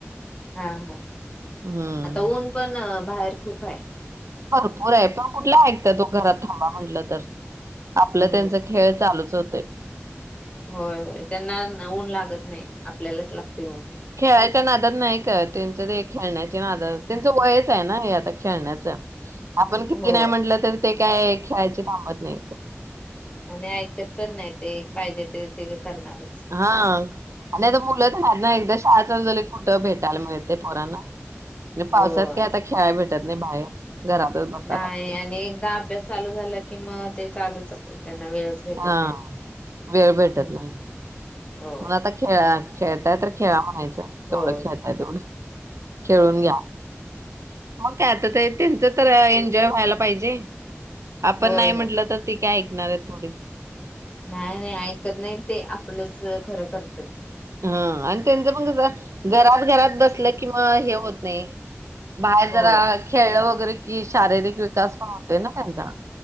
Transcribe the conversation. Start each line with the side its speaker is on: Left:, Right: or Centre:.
Left: हा हा
Right: हम्म.
Left: आता ऊन पण बाहेर खूप आहे
Right: भपूर आहे पण कुठला ऐकतय तो घरात थांबा म्हंटलं तर आपलं
Left: हम्म.
Right: त्यांचा खेळ चालूच पचते
Left: होय हो त्यांना ऊन लागत नाही आपल्यालाच लागते ऊन
Right: खेळायच्या नादत नाही का त्यांचं ते खेळण्याची नादत त्यांचं वयच आहे ना हे आता खेळण्याचं आपण
Left: हो.
Right: किती नाही म्हटलं तर ते काय खेळायचे थांबत नाही
Left: आणि ऐकत पण नाही ते पाहिजे ते करणारच
Right: हा. आणि आता मुलंच आहेत ना एकदा शाळा चाल झा कुठं भेटायला मिळते पोरांना आणि
Left: होय.
Right: पावसात काय आता खेळा बेठा ात नाही बाहेर घरातच बसावं
Left: नाही
Right: लागतंय.
Left: आणि एकदा अभ्यास चालू झाला कि मग ते चालूच असते त्यांना वेळच भेटत
Right: हा
Left: नाही.
Right: वेळ भेटत
Left: हम्म.
Right: नाही
Left: होय
Right: मग आता खेळ खेळताय तर खेळावा मायच केवढं
Left: होय
Right: खेळताय तेवढं खेळून घ्या मग आता त्यांच तर एन्जॉय व्हायला पाहिजे आपण
Left: होय
Right: नाही
Left: होय
Right: म्हटलं तर त काय ऐकणार आहे थोडीच
Left: नाही नाही ऐकत नाही ते आपलंच खरं करतात
Right: ह आणि त्यांचं मग कस घरात घरात बसलं किंवा हे होत नाही बाहेर
Left: हो.
Right: जरा खेळ वगैरे की शारीरिक विकास पण होते ना त्यांचा